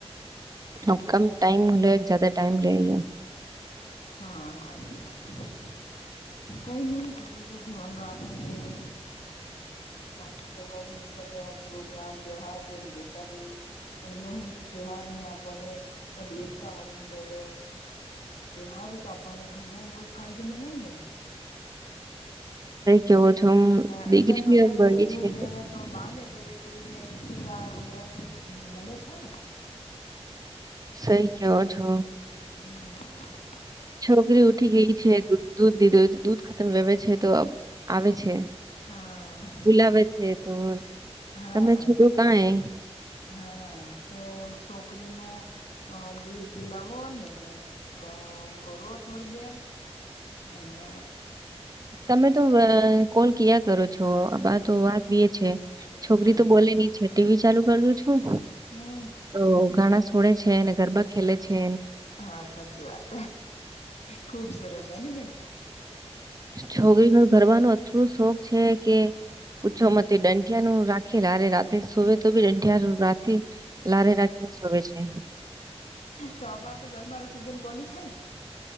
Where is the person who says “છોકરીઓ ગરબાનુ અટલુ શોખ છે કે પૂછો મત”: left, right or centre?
Right